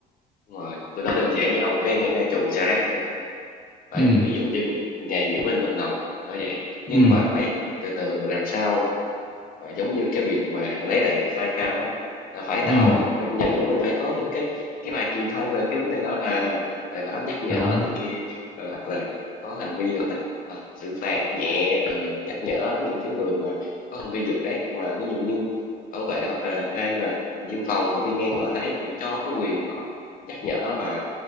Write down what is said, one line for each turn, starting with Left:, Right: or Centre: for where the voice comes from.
Left: đúng rồi tôi nói đơn giản nha ông cái ngay cái trụ xả rác này phải
Centre: ừ
Left: ví dụ như ngày diễu binh lần đầu ở vậy nhưng
Centre: ừ
Left: mà phải từ từ làm sao mà giống như cái việc mà lấy lại Flycam á là phải tạo
Centre: ừ
Left: nhà nước mình phải có những cái cái bài truyền thông về cái vấn đề đó à bài báo nhắc nhở
Centre: đúng
Left: này kia rồi hoặc là có hành vi gọi là ờ, xử phạt nhẹ ờ, nhắc nhở những cái người mà có hành vi dục rác mà ví dụ như bảo vệ hoặc là ai mà dân phòng họ đi ngang họ thấy thì cho cái quyền họ nhắc nhở và